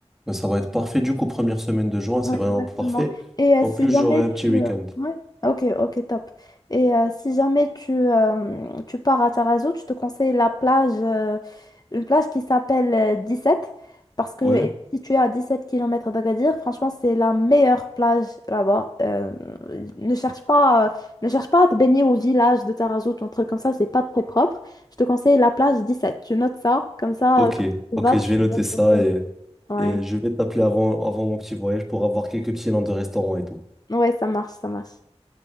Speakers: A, in the centre; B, on the left (about 35°).
A: Bah, ça va être parfait. Du coup, première semaine de juin, c'est
B: Ouais,
A: vraiment
B: exactement.
A: parfait.
B: Et euh,
A: En
B: si
A: plus,
B: jamais
A: j'aurai un
B: tu...
A: petit week-end.
B: euh, Ouais, Ah, ok, ok, top. Et euh, si jamais tu, euh, tu pars à Tarazu, je te conseille la plage, euh, une plage qui s'appelle euh, sept parce que
A: Ouais?
B: est située à 17 kilomètres d'Agadir, franchement, c'est la meilleure plage là-bas. Euh, ne cherche pas, euh, ne cherche pas à te baigner au village de Tarazu, ton truc comme ça, c'est pas très propre. Je te conseille la plage dix-sept Tu notes ça, comme ça,
A: Ok.
B: quand tu
A: Ok,
B: vas,
A: je
B: tu
A: vais noter
B: y vas
A: ça
B: directement.
A: et,
B: Ouais,
A: et je vais t'appeler avant, avant mon petit voyage pour avoir quelques petits noms de restaurants et tout.
B: ouais, ça marche, ça marche.